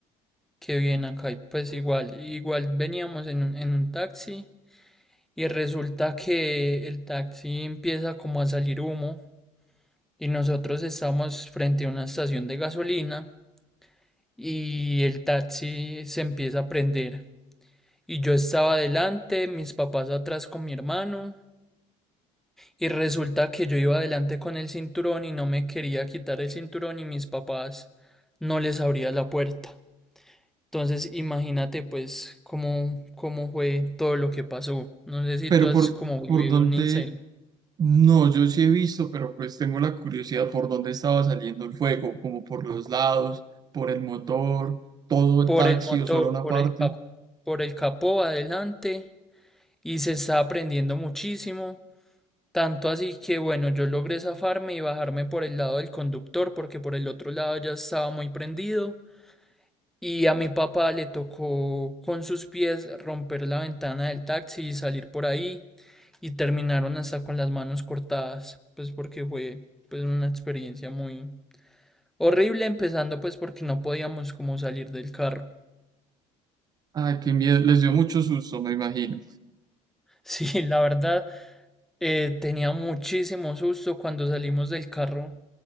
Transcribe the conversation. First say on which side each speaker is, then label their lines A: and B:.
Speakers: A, in the centre; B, on the right.
A: qué bien acá. y Pues igual, igual veníamos en un, en un taxi y resulta que el taxi empieza como a salir humo. y nosotros estábamos frente a una estación de gasolina y el taxi se empieza a prender. Y yo estaba adelante, mis papás atrás con mi hermano, y resulta que yo iba adelante con el cinturón y no me quería quitar el cinturón y mis papás no les abría la puerta. Entonces imagínate pues cómo, cómo fue todo lo que pasó. No sé si
B: Pero
A: tú has
B: por,
A: como vivido
B: por donde
A: un incendio.
B: No, yo sí he visto, pero pues tengo la curiosidad por dónde estaba saliendo el fuego, como por los lados, por el motor, todo el
A: Por
B: taxi
A: el motor,
B: o solo una
A: por
B: parte.
A: el capó, por el capó adelante y se está aprendiendo muchísimo. Tanto así que bueno, yo logré zafarme y bajarme por el lado del conductor porque por el otro lado ya estaba muy prendido. Y a mi papá le tocó con sus pies romper la ventana del taxi y salir por ahí. Y terminaron hasta con las manos cortadas, pues porque fue pues una experiencia muy horrible, empezando pues porque no podíamos como salir del carro. <laughs>
B: Ay, qué miedo, les dio mucho susto, me imagino.
A: Sí, la verdad, eh, tenía muchísimo susto cuando salimos del carro